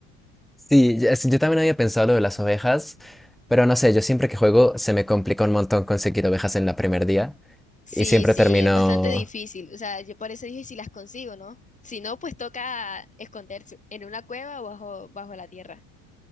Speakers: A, in the centre; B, on the left.
A: Sí, ya- sí, yo también había pensado lo de las ovejas, pero no sé, yo siempre que juego se me complica un montón conseguir ovejas en la primer día
B: Sí,
A: y siempre
B: sí,
A: termino...
B: es bastante difícil. O sea, yo por eso dije si las consigo, ¿no? Si no, pues toca esconderse en una cueva o bajo, bajo la tierra.